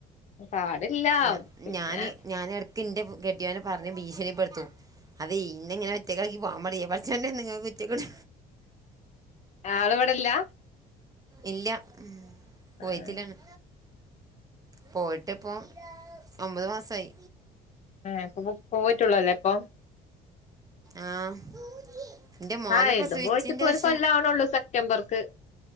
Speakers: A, on the left (about 45°); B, on the right (about 20°).
A: പാടില്ല.
B: ഞ
A: പിന്നെ
B: ഞാന് ഞാനടക്ക് ഇന്റെ കെട്യോനെ പറഞ് ഭീഷണിപ്പെടുത്തും അത് യ്യി ഇന്നെങ്ങനെ ഒറ്റക്കാക്കി പോവാൻ പാടില്ലേയ് പാടിച്ചോണ്ടാട്ന്ന് ങേക്ക് റ്റം കിട്ടു
A: ആളവടെല്ല.
B: ഇല്യ ഉം കുവൈത്തിലാണ്.
A: ആഹ്
B: പോയിട്പ്പോ. ഒമ്പത് മാസായി.
A: ഏഹ് പോയി പോയിടട്ടൊള്ളൂ അല്ലേ ഇപ്പൊ.
B: ആഹ്. എൻ്റെ മോനെ
A: ആഹ്
B: പ്രസവിച്ചതിൻ്റെ
A: ഇതും പോയിട്ടിപ്പ ഒരു
B: ശേഷം
A: കൊല്ലാവണള്ളൂ സെപ്റ്റംബർക്ക്.